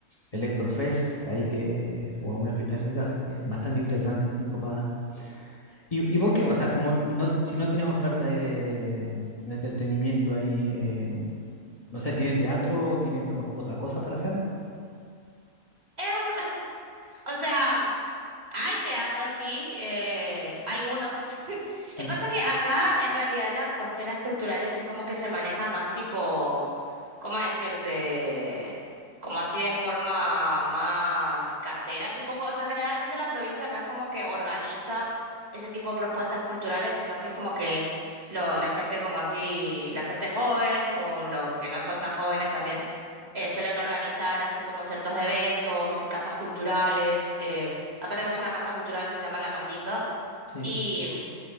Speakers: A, on the left; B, on the right.
A: Electrofest ahí que, o algunas fiestas electrónicas que bastante interesantes, muy copadas. Y, y vos que, o sea, como no, si no tenés oferta ahí de, de- de entretenimiento ahí, eh, no sé, ¿tienen teatro o tienen ot- otra cosa para hacer?
B: Em, <laughs> o sea, hay teatro, sí, eh, hay uno. Eh,
A: Mm,
B: Pasa que acá en realidad las cuestiones culturales es como que se maneja más tipo, ¿cómo decirte? Como así de forma más casera, supongo. O sea, generalmente la provincia no es como que organiza ese tipo de propuestas culturales, sino que es como que lo, la gente como así, la gente joven o los que no son tan jóvenes también, eh, suelen organizar así como ciertos eventos en casas culturales. eh, acá tenemos una casa cultural que se llama La Mandinga
A: sí,
B: y... mm,